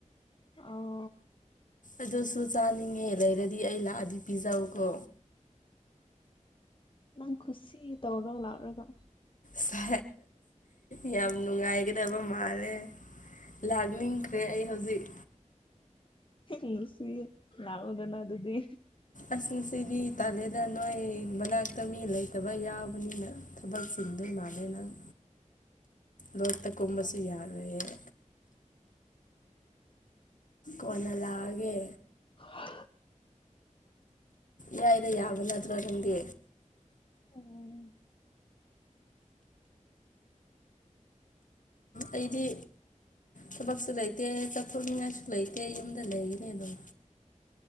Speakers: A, on the left; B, on the left.
A: ꯑ
B: ꯑꯗꯨꯁꯨ ꯆꯥꯅꯤꯡꯉꯦ ꯂꯩꯔꯗꯤ ꯑꯩ ꯂꯥꯛꯑꯗꯤ ꯄꯤꯖꯧꯀꯣ
A: ꯅꯪ ꯈꯨꯁꯤ ꯇꯧꯔꯣ ꯂꯥꯛꯔꯒ
B: ꯑꯁ ꯌꯥꯝ ꯅꯨꯡꯉꯥꯏꯒꯗꯕ ꯃꯥꯜꯂꯦ ꯂꯥꯛꯅꯤꯡꯈ꯭ꯔꯦ ꯑꯩ ꯍꯧꯖꯤꯛ
A: ꯅꯨꯨꯁꯤ ꯂꯥꯑꯣꯗꯅ ꯗꯨꯗꯤ
B: ꯑꯁ ꯉꯁꯤꯗꯤ ꯇꯥꯜꯂꯦꯗ ꯅꯣꯏ ꯃꯅꯥꯛꯇ ꯃꯤ ꯂꯩꯇꯕ ꯌꯥꯎꯕꯅꯤꯅ ꯊꯕꯛ ꯆꯤꯟꯗꯣꯏ ꯃꯥꯜꯂꯦ ꯅꯪ ꯂꯣꯛꯇ ꯀꯨꯝꯕꯁꯨ ꯌꯥꯔꯣꯏꯌꯦ ꯀ‌ꯣꯟꯅ ꯂꯥꯛꯑꯒꯦ
A: ꯍ
B: ꯌꯥꯏꯗ ꯌꯥꯕ ꯅꯠꯇ꯭ꯔꯣ ꯅꯪꯗꯤ
A: ꯎꯝ
B: ꯑꯩꯗꯤ ꯊꯕꯛꯁꯨ ꯂꯩꯇꯦ ꯆꯥꯛꯈꯨꯅꯤꯡꯉꯥꯏꯁꯨ ꯂꯩꯇꯦ ꯌꯨꯝꯗ ꯂꯩꯒꯤꯅꯦ ꯑꯗꯨꯝ